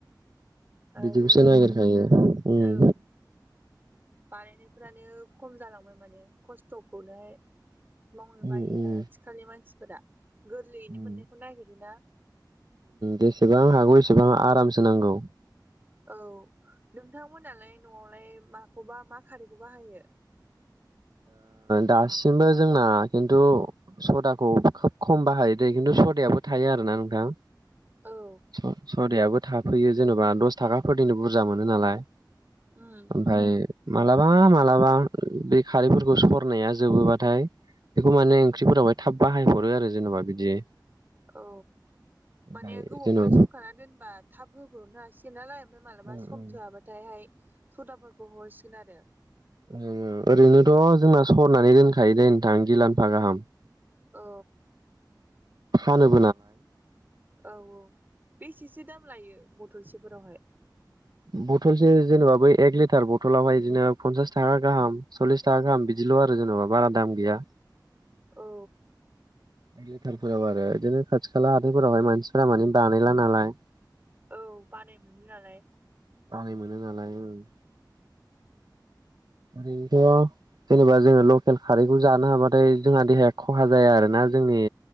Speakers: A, on the right (about 25°); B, on the right (about 65°).
A: आरो
B: बिदिखौसो नागिरखायो उम
A: औ बानायनायफोरानो खम जालांबाय माने खस्थ'खौनो मावनो
B: उम
A: बायो
B: उम
A: दा आथिखालनि मानसिफोरा गोरलैयैनो
B: उम
A: मोननायखौ नागिरोना
B: जेसेबां हागौ एसेबां आरामसो नांगौ।
A: औ नोंथांमोनालाय न'आवलाय माखौबा मा खारैखौ बाहायो।
B: दासिमबो जोंना खिन्थु सदाखौ खोब खम बाहायो दे खिन्थु सदाबो थायो आरो ना नोंथां।
A: औ
B: स- सदायाबो थाफैयो जेनेबा दस थाखाफोरनिनो बुरजा मोनो नालाय
A: उम
B: ओमफ्राय
A: उम
B: मालाबा मालाबा खारैफोरखौ सरनाया जोबोबाथाय। बेखौ माने ओंख्रिफोरावहाय थाब बाहायहरो आरो जेनेबा बिदि।
A: औ
B: ओमफ्राय
A: माने गोबावाय
B: जेन'बा
A: सरखारा दोनबा थाब होब्रबनो हासिगोन नालाय। ओमफ्राय मालाबा
B: उम, उम,
A: सम थोआबाथायहाय सदाफोरखौ हरसिगोन आरो।
B: ओम ओरैनोथ' जोंना सरनानै दोनखायो दे नोंथां गिलाम्फा गाहाम।
A: औ।
B: फानोब
A: औ औ बेसेसो दाम लायो बथलसेफोरावहाय।
B: बथलसो जेनेबा बै एक लिटार बथलावहाय बिदिनो फनसास थाखा गाहाम सल्लिस थाखा गाहाम बिदिल'। आरो जेनेबा बारा दाम गैया।
A: औ।
B: लिटारफोराव आरो इदिनो खाथि खाला हाथायफोरावहाय मानसिफोरा माने बानायला नालाय।
A: औ बानाय मोनि नालाय।
B: बानाय मोनो नालाय ओं। गैया। जेनेबा जोङो लकेल खारैखौ जानो हाबाथाय जोंहा देहाया खहा जाया आरोना जोंनि